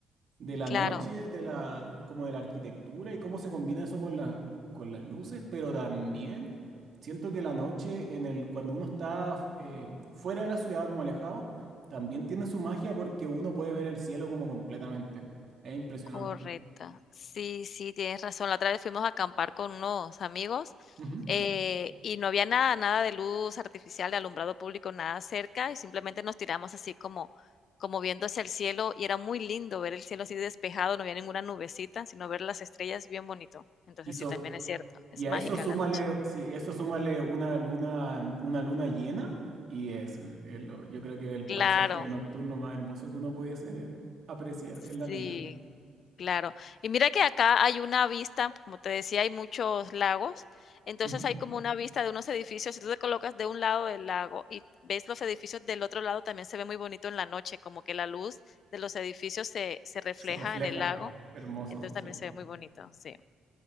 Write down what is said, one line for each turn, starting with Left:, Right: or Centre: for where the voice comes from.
Right: de la
Left: claro.
Right: noche, de la, como de la arquitectura y cómo se combina eso con la, con las luces, pero también siento que la noche, en el, cuando uno está eh, fuera de la ciudad, como alejado, también tiene su magia porque uno puede ver el cielo como completamente. Es impresionante.
Left: Correcto. Sí, sí, tienes razón. La otra vez fuimos a acampar con unos amigos
Right: Ujú.
Left: eh, y no había nada, nada de luz artificial, de alumbrado público, nada cerca y simplemente nos tiramos así como, como viendo hacia el cielo y era muy lindo ver el cielo así despejado, no había ninguna nubecita, sino ver las estrellas bien bonito. Entonces
Right: Y, so-
Left: sí, también es cierto, es
Right: y a
Left: mágica
Right: eso súmale,
Left: la noche.
Right: si eso súmale una luna, una luna llena, y es, es lo- yo creo que el paisaje
Left: Claro,
Right: nocturno más hermoso que uno pudiese apreciar
Left: sí.
Right: en la vida.
Left: Claro. Y mira que acá hay una vista, como te decía, hay muchos lagos, entonces
Right: Ujú.
Left: hay como una vista de unos edificios, si tú te colocas de un lado del lago y ves los edificios del otro lado, también se ve muy bonito en la noche, como que la luz de los edificios se, se refleja
Right: Se refleja.
Left: en el lago,
Right: Hermoso,
Left: entonces
Right: sí.
Left: también se ve muy bonito, sí,